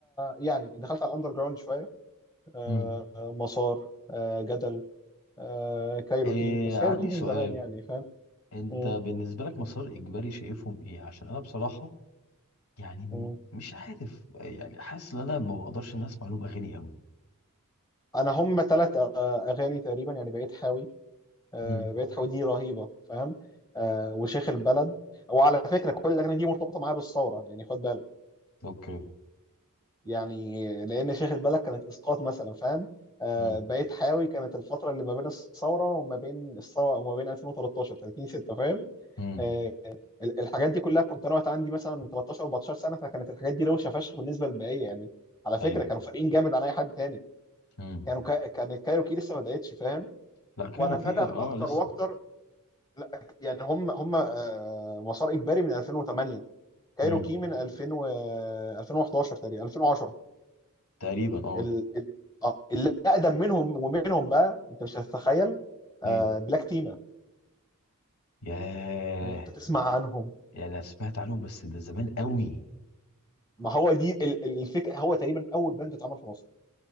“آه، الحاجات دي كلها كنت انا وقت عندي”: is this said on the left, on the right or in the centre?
Left